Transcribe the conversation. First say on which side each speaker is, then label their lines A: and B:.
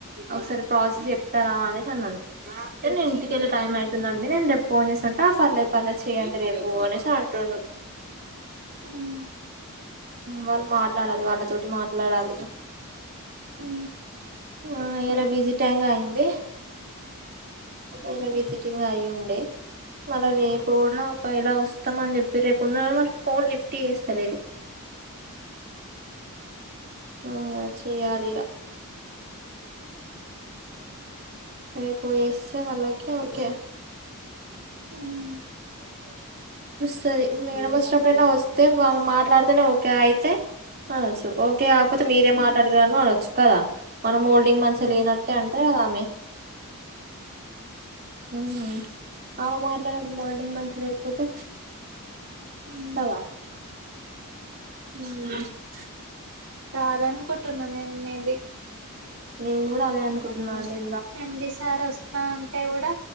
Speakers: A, on the right (about 45°); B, on the right (about 80°).
A: ఒకసారి ప్రాస్ చెప్తారా అని అన్నాడు నేను ఇంటికెళ్ళి టైం అయితుందండి నేను రేపు ఫోన్ చేస్తాంటే ఆ పర్లే పర్లే చేయండి రేపు పోనేసి అంటుండు
B: మ్
A: వాళ్ళు మాట్లాడాలి వాళ్ళతోటి మాట్లాడాలి
B: ఉ
A: ఆ ఎర బీజిటైంగా అయింది ఎర బిజి ఇంగ అయ్యుండే మళ్ళ రేపు కూడా ఒకేలా వస్తాం అని చెప్పి రేపు ఉన్నా వా ఫోన్ లిఫ్ట్ చేస్తలేరు ఆ చే్యాలిగా రేపొయ్యస్తే వాళ్ళకి ఓకే
B: హ్మ్
A: సరే మేర వచ్చినప్పుడైనా వస్తే మాట్లాడితేనే ఓకే అయితే అనొచ్చు ఓకే కాకపోతే మీరేం మాట్లాడారను అనొచ్చు కదా మనం మోల్డింగ్ మంచిగా లేనట్టే అంటే కదా ఆమె ఉ హుమ్ అమ మాట్లాడడం మోల్డింగ్ మంచిగా లేకపోతే
B: ఉమ్
A: కదా <unintelligible>
B: రాదన్ అనుకుంటున్నా నేన్ మేబి
A: నేను కూడా అదే అనుకుంటున్నాను నేన్
B: ఏం డి సార్ ఒస్తా అంటే కూడా